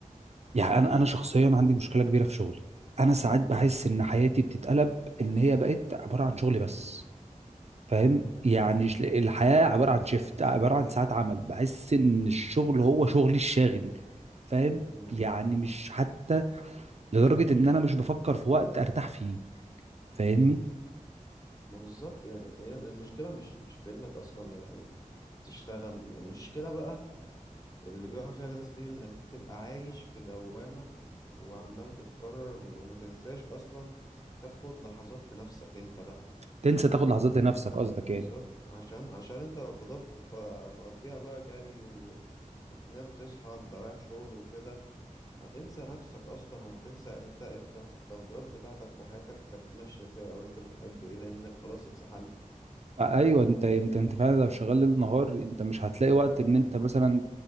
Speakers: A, on the right (about 55°); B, on the left (about 25°).
A: يعني انا انا شخصيا عندي مشكله كبيره في شغلي انا ساعات بحس ان حياتي بتتقلب ان هي بقت عباره عن شغل بس فاهم
B: مم.
A: يعني ش- الحياه عباره عن شيفت عباره عن ساعات عمل بحس ان الشغل هو شغلي الشاغل فاهم
B: مم.
A: يعني مش حتى لدرجه ان انا مش بفكر في وقت ارتاح فيه فاهمني
B: ما بالظبط يعني هي المشكلة مش مش في انك اصلا يعني تشتغل المشكلة بقى اللي بيقع فيها ناس كتير انك تبقى عايش في دوامة وعمال بتكرر م- وما تنساش اصلا تاخد لحظات لنفسك انت بقى
A: تنسى تاخد لحظات لنفسك قصدك
B: بالظبط
A: يعني
B: عشان عشان انت لو فضلت ف- مقضيها بقى جري و... وتنام تصحى انت رايح شغل وكده هتنسى نفسك اصلا وهتنسى انت انت التفضيلات بتاعتك وحياتك كانت ماشية ازاي او انت بتحب ايه لانك خلاص اتسحلت
A: ايوه انت انت انت فعلا لو شغال ليل نهار انت مش هتلاقي وقت ان انت مثلا